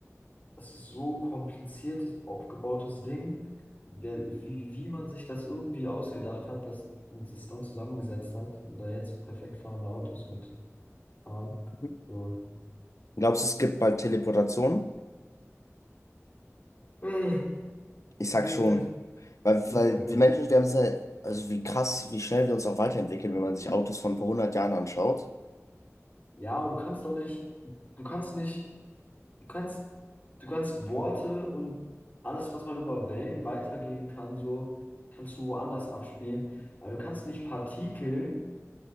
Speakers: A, on the left (about 35°); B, on the left (about 85°).
A: das ist so kompliziertes, aufgebautes Ding, wer, wie, wie man sich das irgendwie ausgedacht hat, dass und es dann zusammengesetzt hat und da jetzt perfekt fahrende Autos mit fahren.
B: Mhm.
A: So.
B: Glaubst du, es gibt bald Teleportation?
A: Äh,
B: Ich
A: nö.
B: sag schon. Weil,
A: Ich
B: weil
A: sag nur,
B: wir Menschen, wir haben es ja, also wie krass, wie schnell wir uns auch weiterentwickeln, wenn man sich Autos von vor hundert Jahren anschaut.
A: ja, aber du kannst doch nicht, du kannst nicht, du kannst, du kannst Worte und alles, was man über Wellen weitergeben kann, so kannst du woanders abspielen. Aber du kannst nicht Partikel